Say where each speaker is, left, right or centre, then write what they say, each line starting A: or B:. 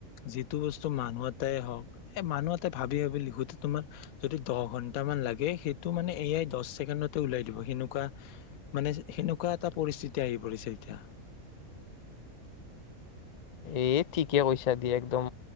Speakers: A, on the left; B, on the left.
A: যিটো বস্তু মানুহ এটাই হওক এ মানুহ এটাই ভাবি ভাবি লিখোতে তোমাৰ যদি দহ ঘন্টা মান লাগে, সেইটো মানে এয়াই দহ ছেকেণ্ডতে ওলাই দিব সেনেকুৱা মানে সেনেকুৱা এটা পৰিস্থিতি আহি পৰিছে এতিয়া।
B: এ ঠিকে কৈছা দিয় একদম